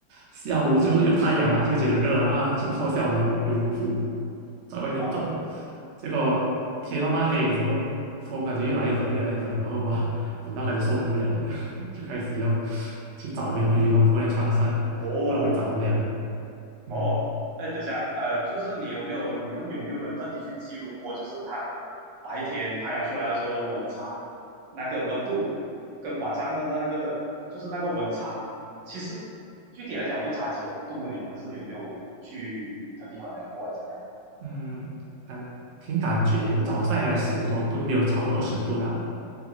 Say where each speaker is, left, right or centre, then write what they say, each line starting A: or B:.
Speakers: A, on the right; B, on the right.
A: 下午就有太阳嘛，就觉得热啊，就脱下我的羽绒服在外面走，
B: 啊。
A: 结果天慢慢黑的时候，风感觉越来越冷越来越冷，然后哇，冷到开始受不了了，<laughs> 就开始要去找回我的羽绒服来穿上，
B: 哦，
A: 不然会着凉。嗯
B: 哦，哎，等一下，呃，就是你有没有，你们有没有人特地去记录过，就是它白天太阳出来的时候的温差，那个温度跟晚上的那个，就是那个温差，其实具体来讲会差几度，你们是有没有去特地衡量过，怎样？
A: 嗯，感凭感觉早上应该十多度，没有超过二十度啦。